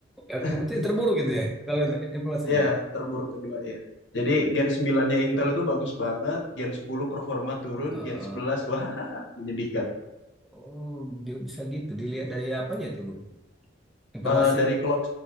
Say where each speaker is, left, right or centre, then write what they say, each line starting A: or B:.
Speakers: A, in the centre; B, on the left.
A: Aku
B: <laughs>
A: betul terburuk gitu ya kalau informasinya.
B: Ya, terburuk kedua ya. Jadi Gen 9-nya Intel itu bagus banget, Gen 10 performa turun,
A: Ah,
B: Gen 11
A: ah.
B: <laughs> wah menyedihkan.
A: Oh, dia bisa gitu. Dilihat dari apa aja tuh, Gung? Informasinya.
B: Eh dari clock